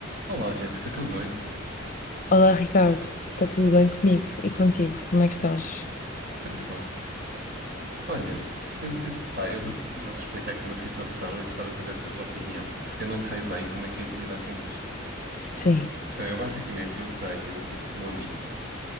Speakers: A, on the right; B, on the left.
A: Olá, Jéssica, tudo bem?
B: Olá, Ricardo. Está tudo bem comigo e contigo? Como é que estás?
A: Sempre fortes. Olha, eu, eu- pá, eu vou, vou-te explicar aqui uma situação e gostava que me desse a tua opinião, porque eu não sei bem como é que hei de lidar com isto.
B: Sim,
A: Então, eu basicamente eu tenho um amigo